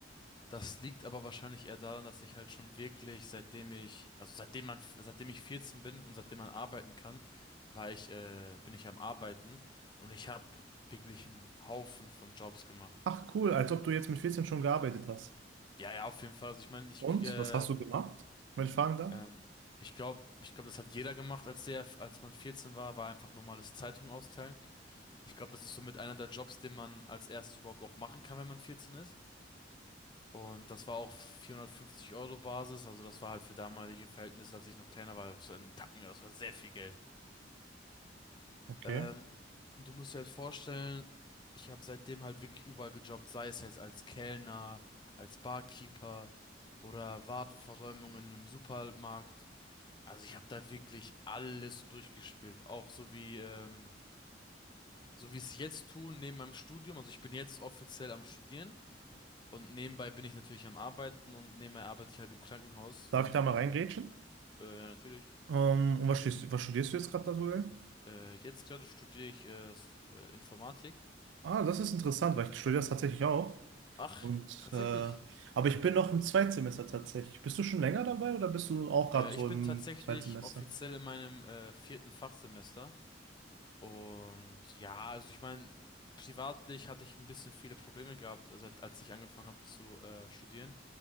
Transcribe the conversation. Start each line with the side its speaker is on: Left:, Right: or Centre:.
Left: Das liegt aber wahrscheinlich eher daran, dass ich halt schon wirklich, seitdem ich, also seitdem man, seitdem ich 14 bin und seitdem man arbeiten kann, war ich, äh, bin ich am Arbeiten und ich habe wirklich einen Haufen von Jobs gemacht.
Right: Ach cool, als ob du jetzt mit 14 schon gearbeitet hast.
Left: Ja, ja, auf jeden Fall. Also ich meine, ich,
Right: Und
Left: äh,
Right: was hast du gemacht, wenn ich fragen darf?
Left: ähm, ich glaube, ich glaube, das hat jeder gemacht, als der, als man 14 war, war einfach normales Zeitung austeilen. Ich glaube, das ist somit einer der Jobs, den man als erstes überhaupt auch machen kann, wenn man 14 ist. Und das war auf 450 Euro Basis, also das war halt für damalige Verhältnisse, als ich noch kleiner war, so ein Tacken, das war sehr viel Geld.
Right: Okay.
Left: Ähm, und du musst dir halt vorstellen, ich habe seitdem halt wirklich überall gejobbt, sei es jetzt als Kellner, als Barkeeper oder Warenversäumung in einem Supermarkt. Also ich habe da wirklich alles durchgespielt, auch so wie ähm, so wie ich es jetzt tue neben meinem Studium. Also ich bin jetzt offiziell am Studieren. Und nebenbei bin ich natürlich am Arbeiten und nebenbei arbeite ich halt im Krankenhaus.
Right: Darf
Left: In,
Right: ich da mal reingrätschen?
Left: äh, äh, ja, natürlich.
Right: Ähm, und was studierst, was studierst du jetzt gerade aktuell?
Left: Äh, jetzt gerade studiere ich äh, s- äh, Informatik.
Right: Ah, das ist interessant, weil ich studiere das tatsächlich auch.
Left: Ach,
Right: Und
Left: tatsächlich.
Right: äh, aber ich bin noch im Zweitsemester tatsächlich. Bist du schon länger dabei oder bist du auch gerade
Left: Äh,
Right: so
Left: ich
Right: im
Left: bin tatsächlich
Right: Zweitsemester?
Left: offiziell in meinem äh, vierten Fachsemester. Und ja, also ich meine, privatlich hatte ich ein bisschen viele Probleme gehabt, also als ich angefangen habe zu äh, studieren.